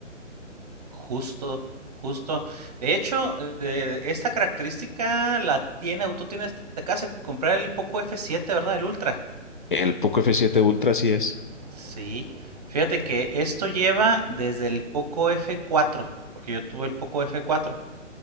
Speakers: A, on the right; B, on the left.
A: justo, justo. De hecho, eh, esta característica la tiene, tú tienes, te acabas de comprar el Poco F7, ¿verdad? El Ultra.
B: El Poco f siete Ultra sí es.
A: Sí, fíjate que esto lleva desde el Poco f cuatro, porque yo tuve el Poco f cuatro